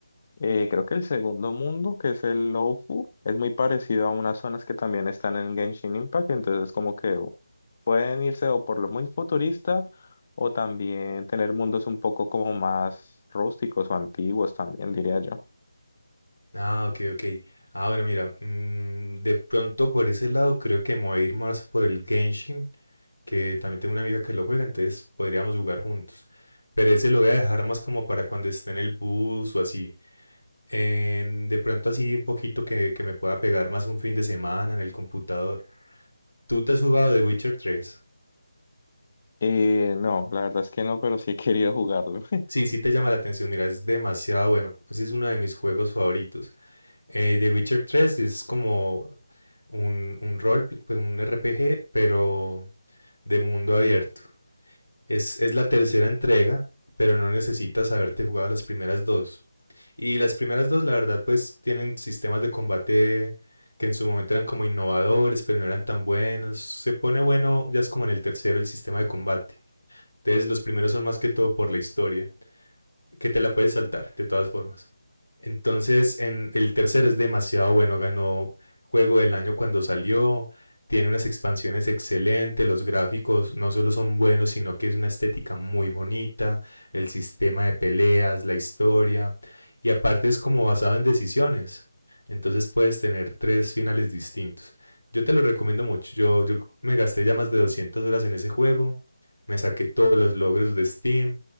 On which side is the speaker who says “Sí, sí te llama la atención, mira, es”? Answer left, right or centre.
Left